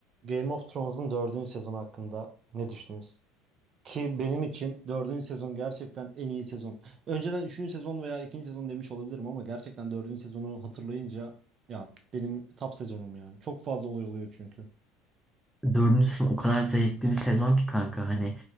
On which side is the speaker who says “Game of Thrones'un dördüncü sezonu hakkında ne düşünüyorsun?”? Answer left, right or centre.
Right